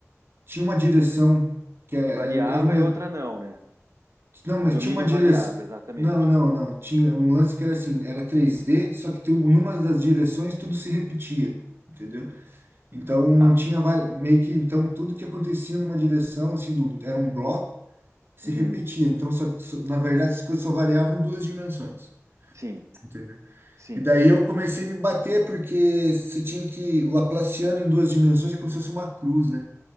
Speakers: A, on the right; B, on the right.
A: tinha uma direção que era,
B: Que variava
A: era, era um, ne-
B: e outra não, né?
A: não, mas
B: O domínio
A: tinha uma direção,
B: variava, exatamente.
A: não, não, não, tinha um lance que era assim, era 3D, só que tem, numa das direções tudo se repetia, entendeu? Então não
B: Tá.
A: tinha vari- meio que, então tudo que acontecia numa direção, assim, do, era um bloco, se
B: Uhum.
A: repetia. Então só, só- na verdade as coisas só variavam em duas dimensões,
B: Sim,
A: entendeu?
B: sim.
A: E daí eu comecei a me bater, porque você tinha que. O Laplaciano em duas dimensões é como se fosse uma cruz, né?